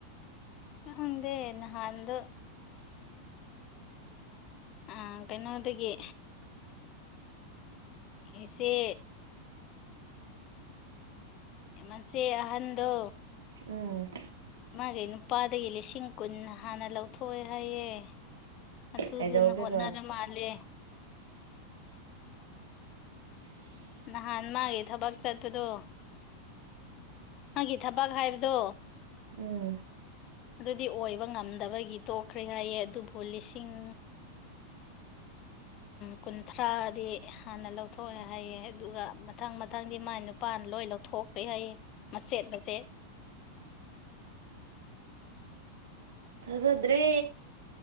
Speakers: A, on the left (about 35°); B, on the right (about 60°).
A: ꯈꯪꯗꯦ ꯅꯍꯥꯟꯗꯣ ꯎꯝ ꯀꯩꯅꯣꯗꯒꯤ ꯏꯆꯦ ꯃꯆꯦ ꯑꯍꯟꯗꯣ
B: ꯎꯝ
A: ꯃꯥꯒꯤ ꯅꯨꯄꯥꯗꯒꯤ ꯂꯤꯁꯤꯡ ꯀꯨꯟ ꯍꯥꯟꯅ ꯂꯧꯊꯣꯛꯑꯦ ꯍꯥꯏꯌꯦ ꯑꯗꯨꯗꯨꯅ
B: ꯀꯩꯗꯧꯗꯣꯏꯕ
A: ꯍꯣꯠꯅꯔ ꯃꯥꯜꯂꯦ
B: <inaudible> <unintelligible>
A: ꯅꯍꯥꯟ ꯃꯥꯒꯤ ꯊꯕꯛ ꯆꯠꯄꯗꯣ ꯃꯥꯒꯤ ꯊꯕꯛ ꯍꯥꯏꯕꯗꯣ
B: ꯎꯝ
A: ꯑꯗꯨꯗꯤ ꯑꯣꯏꯕ ꯉꯝꯗꯕꯒꯤ ꯇꯣꯛꯈ꯭ꯔꯦ ꯍꯥꯏꯌꯦ ꯑꯗꯨꯕꯨ ꯂꯤꯁꯤꯡ ꯀꯨꯟꯊ꯭ꯔꯥꯗꯤ ꯍꯥꯟꯅ ꯂꯧꯊꯣꯛꯑꯦ ꯍꯥꯏꯌꯦ ꯑꯗꯨꯒ ꯃꯊꯪ ꯃꯊꯪꯗꯤ ꯃꯥꯏ ꯅꯨꯄꯥꯅ ꯂꯣꯏ ꯂꯧꯊꯣꯛꯈ꯭ꯔꯦ ꯍꯥꯏꯌꯦ ꯃꯆꯦꯠ ꯃꯆꯦꯠ
B: ꯊꯖꯥꯗ꯭ꯔꯦ